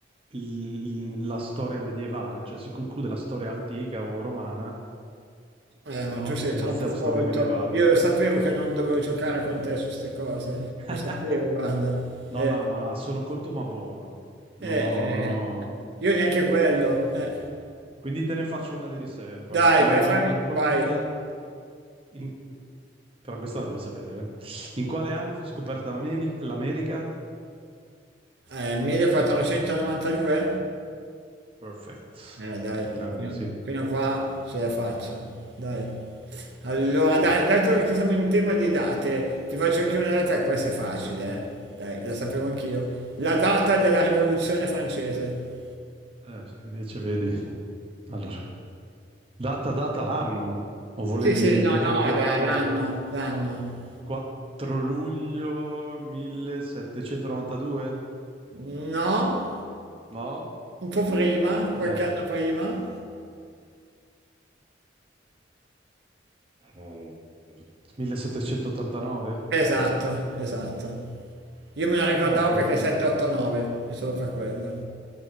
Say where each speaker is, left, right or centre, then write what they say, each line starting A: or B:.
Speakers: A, on the right; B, on the right.
A: l- la storia medievale, cioè si conclude la storia antica o romana,
B: Eh, ma
A: no?
B: tu sei
A: E
B: troppo
A: inizia la storia
B: colto.
A: medievale.
B: Io lo sapevo che non dovevo giocare con te su queste cose.
A: Mm. <laughs>
B: Lo sapevo, guarda.
A: No,
B: Eh,
A: no, ma sono colto ma buono.
B: eh,
A: Non
B: eh.
A: ho, non ho...
B: Io neanche quello. eh.
A: Quindi te ne faccio una di riserva.
B: Dai,
A: Ne
B: vai,
A: ho già
B: fai,
A: una pronta.
B: vai.
A: In- Però questa la devi sapere. eh. In quale anno fu scoperta l'Ameri- l'America?
B: Eh, 1492?
A: Perfect.
B: Eh, dai,
A: Grande,
B: fino,
A: sì.
B: fino a qua ce la faccio. Dai. Allora,
A: Vai.
B: dai, dato che siamo in tema di date, ti faccio anche una data, questa è facile, eh. Dai, la sapevo anch'io. La data della Rivoluzione francese.
A: Eh, sì, invece vedi. Allora, data, data l'anno. O volevi
B: Sì, sì, no, no,
A: proprio
B: la-
A: anche
B: l'anno, l'anno.
A: 4 luglio 1792?
B: No,
A: No?
B: un po' prima, qualche
A: Eh.
B: anno prima.
A: Eh, 1789?
B: Esatto, esatto. Io me lo ricordavo
A: Ah, vedi?
B: perché 7, 8, 9, è solo per quello.